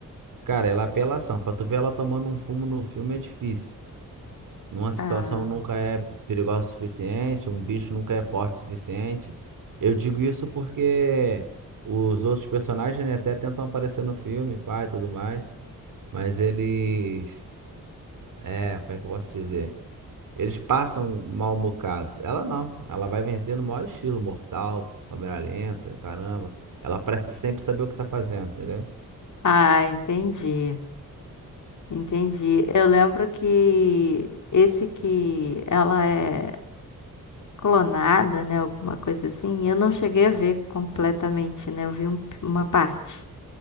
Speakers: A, on the right; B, on the left.
A: Cara, ela é apelação. Pra tu ver ela tomando um fumo no filme é difícil. Numa situação
B: Ah,
A: nunca é perigosa o suficiente, um bicho nunca é forte o suficiente. Eu digo isso porque os outros personagens, né, até tentam aparecer no filme, pai e tudo mais, mas eles. É, como é que eu posso dizer? Eles passam mal bocados. Ela não. Ela vai vencer no maior estilo, mortal, câmera lenta, caramba. Ela parece sempre saber o que tá fazendo, entendeu?
B: ah, entendi. Entendi. Eu lembro que esse que ela é clonada, né? Alguma coisa assim, eu não cheguei a ver completamente, né? Eu vi um- uma parte.